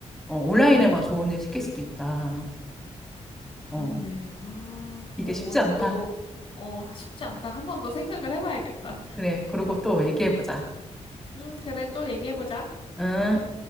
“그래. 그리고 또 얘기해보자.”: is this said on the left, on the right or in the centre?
Centre